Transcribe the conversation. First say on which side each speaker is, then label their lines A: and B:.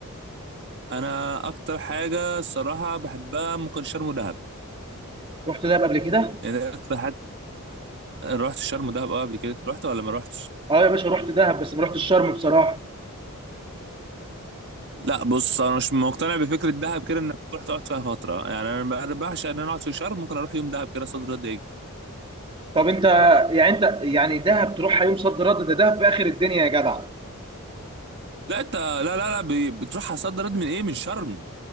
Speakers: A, on the right (about 50°); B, on the right (about 25°).
A: انا اكتر حاجه الصراحه بحبها ممكن شرم ودهب
B: رحت دهب قبل كده؟
A: يعني ده اكتر حاجه رحت شرم ودهب اه قبل كده رحت ولا ما رحتش
B: اه يا باشا رحت دهب بس ما رحتش شرم بصراحة
A: لا بص انا مش مقتنع بفكره دهب كده انك تروح تقعد فيها فتره يعني انا ب- أنا بعشق ان انا اقعد في شرم ممكن اروح يوم دهب كده صد رد اجي
B: طب انت يعني انت يعني دهب تروحها يوم صد رد ده دهب في اخر الدنيا يا جدع
A: لا انت لا لا لا ب- بتروح على صد رد من ايه من شرم